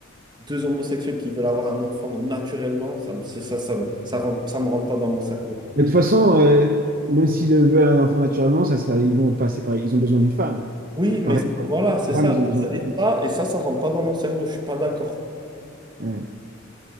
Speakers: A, on the right; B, on the right.
A: Deux homosexuels qui veulent avoir un enfant naturellement, ça, me- c'est ça, ça, me- ça, rentre- ça me rentre pas dans mon cerveau.
B: Mais de toute façon, euh, même s'ils le veulent un enfant naturellement, ça sera, ils vont passer par. Ils ont besoin d'une femme.
A: Oui, mais
B: Pareil,
A: voilà, c'est
B: les
A: ça.
B: femmes, elles ont
A: Et
B: besoin
A: ça,
B: d'un
A: et
B: homme.
A: ça, et ça ça rentre pas dans mon cerveau. Je suis pas d'accord.
B: Ouais.